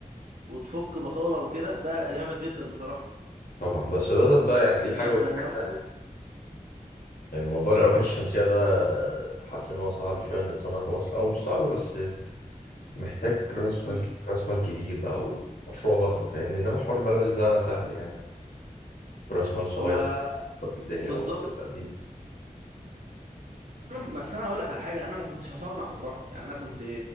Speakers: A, on the right; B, on the left.
A: وتفك بطاله وكده ده جامد جدا بصراحه
B: طبعا بس ده ده ده يعني دي حاجه
A: طب
B: ودي حاجه
A: ناوي ناوي
B: يعني موضوع الالواح الشمسيه ده حاسس ان هو صعب شويه انه يتصنع في مصر او مش صعب بس محتاج راس مال
A: مم.
B: راس مال كبير بقى ومشروع ضخم فاهمني انما حوار الملابس ده سهل يعني براس مال صغير
A: هو
B: تظبط الدنيا
A: بالظبط
B: وتبدا
A: يعني.
B: فيه
A: انا بس انا هقول لك على حاجه انا ما كنتش هصنع بصراحه يعني انا كنت